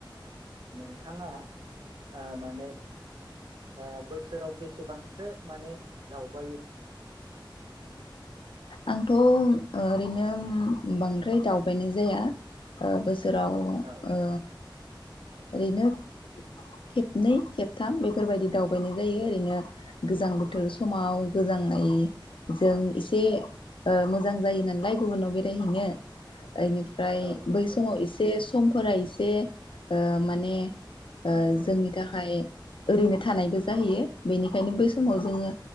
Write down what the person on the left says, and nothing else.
आंथ' ओ ओरैनो बांद्राय दावबायनाय जाया ओ बो सोराव
ओ। ओरैनो खेबनै खेबथाम बेफोरबायदि दावबायनाय जायो ओरैनो। गोजां बोथोर
समाव गोजां नाय जों
इसे ओ मोजां जायो नालाय गुबुनाव बेरायहैनो। ओइनिफ्राय
बै समाव एसे समफोरा एसे ओ माने ओ
जोंनि थाखाय ओरैनो थानायबो जाहैयो। बेनिखायनो बै समाव जोङो